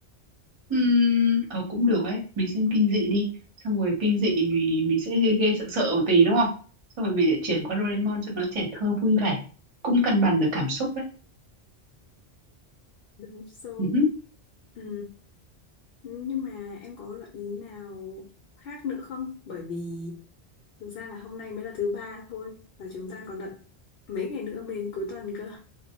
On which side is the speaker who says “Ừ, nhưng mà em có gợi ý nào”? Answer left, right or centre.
Left